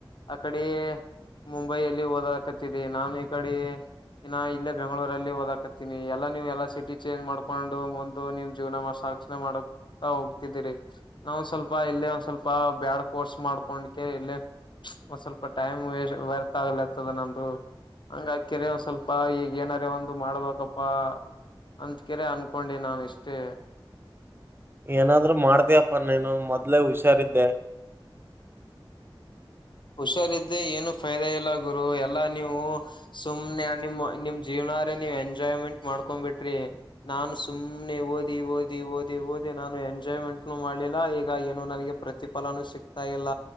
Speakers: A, on the left; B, on the right.
A: ಆ ಕಡೆ ಮುಂಬೈಲ್ಲಿ ಓದಕತಿದೆ ನಾನು ಈ ಕಡೆ ಇನ್ನ ಇಲ್ಲೇ ಬೆಂಗಳೂರಲ್ಲಿಓದಾಕತ್ತೀಿನಿ ಎಲ್ಲಾ ನೀವು ಎಲ್ಲಾ ಸಿಟಿ ಚೇಂಜ್ ಮಾಡ್ಕೊಂಡು ಮುಂದ ನಿಮ್ ಜೀವನ ಮಾಡ ಕ್ಷಣೆ ಮಾಡತಾ ಹೋಗ್ತಿದ್ದೀರಿ ನಾ ಒ್ ಸ್ವಲ್ಪ ಇಲ್ಲೇ ಒಂದ್ ಸ್ವಲ್ಪ ಬ್ಯಾಡ್ ಕೋರ್ಸ್ ಮಾಡ್ಕೊಂಡ ಇಲ್ಲೇ ಒಂದ್ ಸ್ವಲ್ಪ ಟೈಮ್ ವ್ಯರ್ಥ ಆಗಲ ಇತದ ನಂದು ಹಂಗ ಕೆರೆ ಒ ಸ್ವಲ್ಪ ಈಗ ಏನಾರ ಒಂದು ಮಾಡ್ಬೇಕಪ್ಪಾ ಅಂದ್ಕರೆ ಅನ್ಕೊಂಡೆ ನಾನ ಇಷ್ಟೇ
B: ಏನಾದ್ರರು ಮಾಡ್ತಯಪ್ಪ ನೀನು ಮೊದ್ಲೆ ಹುಷಾರಿದ್ದೆ
A: ಹುಷಾರಿದ್ರೆ ಏನು ಫೈದ ಇಲ್ಲ ಗುರು ಎಲ್ಲಾ ನೀವು ಸುಮ್ನೆ ನಿಮ್ಮ ನಿಮ್ ಜೀವನ ನೀ ಎಂಜಾಯ್ಮೆಂಟ್ ಮಾಡ್ಕೊಂಡ್ ಬಿಟ್ರಿ ನಾನು ಸುಮ್ನೆ ಓದಿ ಓದಿ ಓದಿ ಓದಿ ಓದಿ ನಾನು ಎಂಜಾಯ್ಮೆಂಟ್ನು ಮಾಡ್ಲಿಲ್ಲ ಈಗ ಏನು ನನ್ಗೆ ಪ್ರತಿಫಲನೂ ಸಿಗ್ತಾ ಇಲ್ಲ